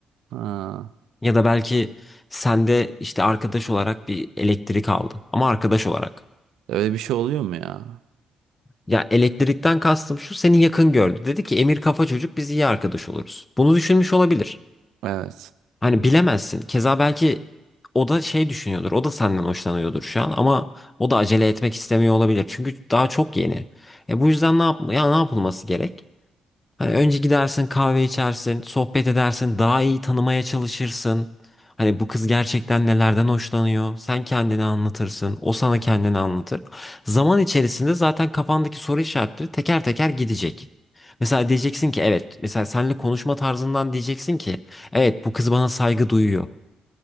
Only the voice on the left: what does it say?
Ya da belki sende işte arkadaş olarak bir elektrik aldı. Ama arkadaş olarak.
Ya elektrikten kastım şu seni yakın gördü. Dedi ki Emir kafa çocuk biz iyi arkadaş oluruz. Bunu düşünmüş olabilir.
Hani bilemezsin. Keza belki o da şey düşünüyordur. O da senden hoşlanıyordur şu an ama o da acele etmek istemiyor olabilir. Çünkü daha çok yeni. E bu yüzden ne yap ya ne yapılması gerek? Hani önce gidersin kahve içersin, sohbet edersin, daha iyi tanımaya çalışırsın. Hani bu kız gerçekten nelerden hoşlanıyor? Sen kendini anlatırsın, o sana kendini anlatır. Zaman içerisinde zaten kafandaki soru işaretleri teker teker gidecek. Mesela diyeceksin ki evet, mesela seninle konuşma tarzından diyeceksin ki evet bu kız bana saygı duyuyor.